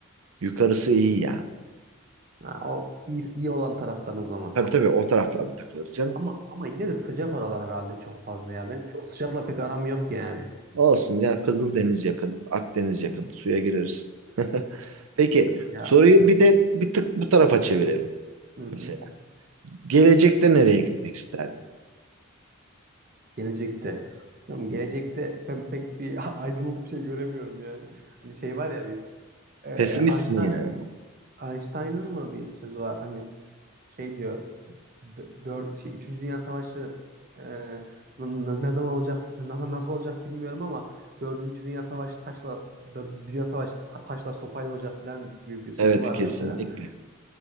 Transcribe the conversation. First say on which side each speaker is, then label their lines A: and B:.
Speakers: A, on the right; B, on the right.
A: yukarısı iyi ya.
B: Ha, o iyi, iyi olan taraftan o zaman.
A: Tabii tabii o taraflarda takılırız canım.
B: Ama ama yine de sıcak oralar herhalde çok fazla ya. Benim çok sıcakla pek aram yok yani.
A: Olsun ya Kızıldeniz yakın, Akdeniz yakın. Suya gireriz. <laughs> Peki
B: Yok ya.
A: soruyu bir de bir tık bu tarafa çevirelim.
B: Hı hı.
A: Mesela gelecekte nereye gitmek isterdin?
B: Gelecekte. Hocam
A: <laughs>
B: gelecekte
A: Hı?
B: ben pek bir <laughs> aydınlık bir şey göremiyorum yani. Bir şey var ya bir e,
A: Pesimistsin
B: Einstein,
A: yani.
B: Einstein'ın mı bir sözü var hani şey diyor d- dört, şey, Üçüncü Dünya Savaşı e, n- n- ne zaman olacak na- nasıl olacak bilmiyorum ama Dördüncü Dünya Savaşı taşla Dördüncü Dünya Savaşı ta- taşla sopayla olacak falan gibi bir sözü
A: Evet
B: var
A: kesinlikle.
B: mesela.